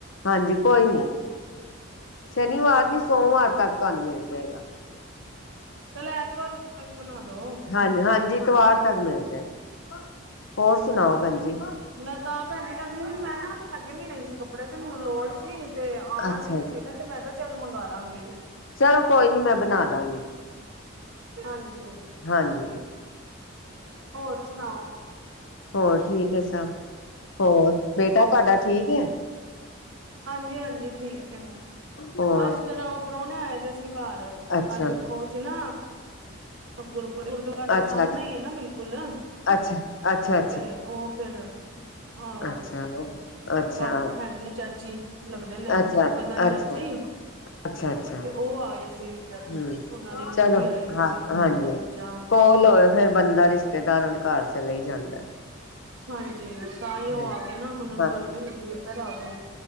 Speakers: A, on the left; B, on the right.
A: ਹਾਂਜੀ ਕੋਈ ਨੀ ਸ਼ਨੀਵਾਰ ਨੀ ਸੋਮਵਾਰ ਤੱਕ ਤੁਹਾਨੂੰ ਮਿਲ ਜਾਏਗਾ।
B: ਚਲ ਐਤਵਾਰ, ਬਣਾ ਦੋ
A: ਹਾਂਜੀ-ਹਾਂਜੀ, ਐਤਵਾਰ ਤੱਕ ਮਿਲ ਜਾਏਗਾ, ਹੋਰ ਸੁਣਾਓ ਭੈਣਜੀ?
B: ਮੈਂ ਤਾਂ ਭੈਣਜੀ ਕਹਿੰਦੀ ਸੀ, ਮੈਂ ਨਾ ਲੈ ਕੇ ਨੀ ਆਈ ਸੀ ਕੱਪੜੇ ਤੇ ਮੈਨੂੰ ਲੋੜ ਸੀ। ਤੇ ਆਣਾ
A: ਅੱਛਾ
B: ਸੀ ਕਿਸੇ ਨੇ, ਤੇ ਮੈਂ ਕਿਹਾ ਚੱਲ ਮੰਗ ਲਾਂਗੀ।
A: ਚਲੋ ਕੋਈ ਨੀ ਮੈਂ ਬਣਾ ਦਾਂਗੀ।
B: ਹਾਂਜੀ
A: ਹਾਂਜੀ,
B: ਹੋਰ ਸੁਣਾਓ?
A: ਹੋਰ ਠੀਕ ਹੈ, ਸਭ ਹੋਰ ਬੇਟਾ ਤੁਹਾਡਾ ਠੀਕ ਐ?
B: ਹਾਂਜੀ-ਹਾਂਜੀ ਠੀਕ ਹੈ,
A: ਹੋਰ
B: ਅੱਜ ਜਰਾ ਉਹ ਪ੍ਰਾਹੁਣੇ ਆਏ ਦੇ ਸੀ, ਘਰ
A: ਅੱਛਾ
B: ਅੱਜ ਉਹ ਸੀ ਨਾ ਗੁਰ ਗੁਰਦੁਆਰ ਦੇ
A: ਅੱਛਾ
B: ਸਾਹਮਣੇ
A: ਅੱਛਾ
B: ਹੀਈ ਹੈ, ਨਾ ਬਿਲਕੁਲ
A: ਅੱਛਾ ਅੱਛਾ
B: ਤੇ ਉਹ ਫਿਰ ਆਹ
A: ਅੱਛਾ ਅੱਛਾ ਅੱਛਾ
B: ਪਾਪ ਹੈਗੇ ਨੇ ਚਾਚੀ ਲੱਗਦੇ, ਨੇ
A: ਅੱਛਾ
B: ਕਜ਼ਨ ਚਾਚੀ
A: ਅੱਛਾ ਅੱਛਾ ਅੱਛਾ
B: ਤੇ ਉਹ ਆਏ ਸੀ, ਇਦਰ
A: ਹਮ
B: ਉਹਨਾਂ ਦੀ ਨੂੰਹ
A: ਚਲੋ
B: ਵੀ ਆਈ
A: ਹਾਂ
B: ਸੀ। ਉਹਨਾਂ
A: ਹਾਂਜੀ,
B: ਦਾ ਬੱਚਾ
A: ਕੋਲ ਹੋਵੇ ਫਿਰ ਬੰਦਾ ਰਿਸ਼ਤੇਦਾਰਾਂ ਘਰ ਚਲੇ ਹੀ ਜਾਂਦਾ।
B: ਹਾਂਜੀ। ਤਾਂ, ਹੀ 'ਉਹ
A: ਹਾਂਜੀ
B: ਆਗੇ ਨਾ, ਉਹਨਾਂ ਨੂੰ
A: ਹਾਂ
B: ਗਰਮੀ ਲੱਗੀ ਇੱਧਰ ਆਗੇ।